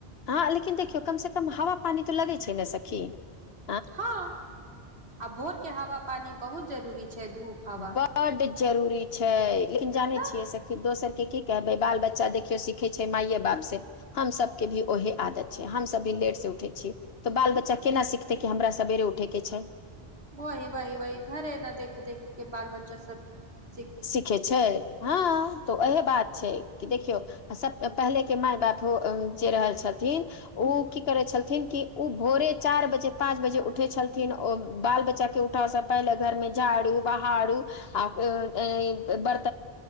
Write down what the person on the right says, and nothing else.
हँ <unintelligible> आ भोर के हवा पानी बहुत जरूरी छै धूप। हवा
तऽ
वहि वाहि -वाहि घरे ने देखे- देखे। के बाल बच्चा सब। <unintelligible>
हूँ